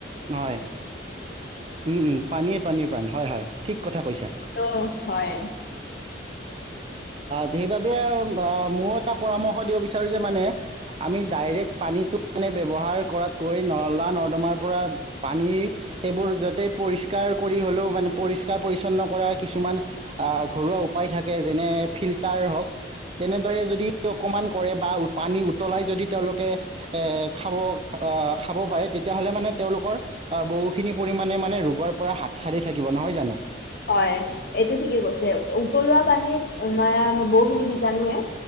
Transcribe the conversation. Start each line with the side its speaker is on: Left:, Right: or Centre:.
Right: হয় হম হম পানীয়ে প্ৰাণীৰ প্ৰাণ হয় হয় ঠিক কথা কৈছা
Left: ত' হয়
Right: সেইবাবে মো এটা পৰামৰ্শ দিব বিচাৰোঁ যে মানে আমি ডাইৰেক্ট পানীটো মানে ব্যৱহাৰ কৰাতকৈ নলা নৰ্দমাৰ পৰা পানী সেইবোৰ য'তেই পৰিষ্কাৰ কৰি হ'লেও মানে পৰিষ্কাৰ পৰিচ্ছন্ন কৰাৰ কিছুমান ঘৰুৱা উপায় থাকে যেনে ফিল্টাৰ হওক তেনেদৰে যদি অকণমান কৰে বা পানী উতলাই যদি তেওঁলোকে খাব খাব পাৰে তেতিয়াহ'লে মানে তেওঁলোকৰ আহ বহুখিনি পৰিমাণে মানে ৰোগৰ পৰা হাত সাৰি থাকিব নহয় জানো
Left: হয় এইটো ঠিকে কৈছে উতলোৱা পানীত ম বহুখিনি বীজাণুৱে